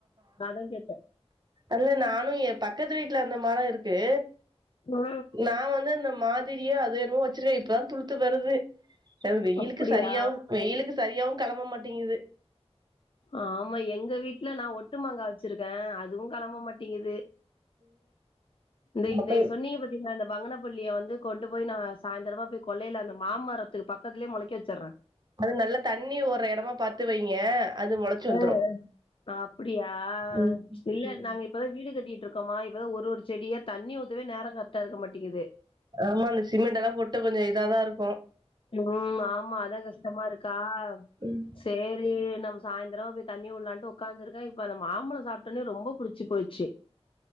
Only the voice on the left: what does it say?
அத்தா கேட்டே
நா
அப்படியா
ஆமா எங்க வீட்ல நா ஒட்டுமாங்கா வெச்சிருக்கே அதுவு களம்ப மாட்டிங்குது இந்த இந்த
சொன்னீங்க பத்தீங்ளா இந்த பங்கனபள்ளிய வந்து கொண்டு போய் நா சாய்ந்தரமா போய் கொள்ளைல அந்த மாமரத்துக்கு பக்கதுலயே மொளைக்க வெச்சறே
அ அ அப்டியா
இல்ல
நாங்க இப் இப்பதா வீடு கட்டிட்ருக்கோமா இப்பதா ஒரு ஒரு செடியா தண்ணி ஊத்தவே நேரோ கரெக்ட்டா இருக்க மாட்டிக்கிது
ம் ஆமா அதா கஷ்டமா இருக்கா
சேரி நம்ம சாய்ந்தரோ போய் தண்ணி உள்ளான்ட்டு உக்காந்துருக்க இப்ப அந்த மாம்பழோ சாப்ட்டோன ரொம்ப புடிச்சு போச்சு